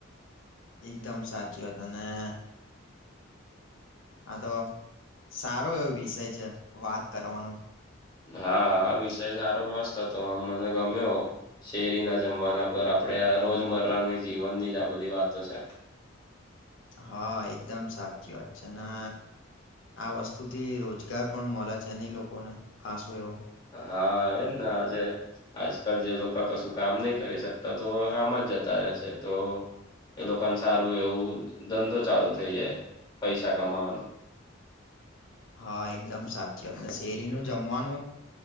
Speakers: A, on the left (about 65°); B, on the left (about 20°).
A: એકદમ સાચી વાત અને અ હા તો સારો એવો વિષય છે, વાત કરવાનું.
B: હા આ વિષય સારો મસ્ત હતો આમ મને ગમ્યો.. શેરી ના જમવાના પર આપડે આ રોજમરાની જીવનની જ આ બધી વાતો છે.
A: હા એકદમ સાચી વાત છે, ને. આ વસ્તુ થી રોજગાર પણ મળે છે, ને ઇ લોકોને ખાસું એવું.
B: હા એમને આજે. આજકાલ જે લોકો કશું કામ નહી કરી શકતા તો આમ જ જતા રહેશે તો. એ લોકોને સારું એવું ધંધો ચાલુ થઇ જાય પૈસા કમાવાનું.
A: હા એકદમ સાચી વાત ને શેરી નું જમવાનું.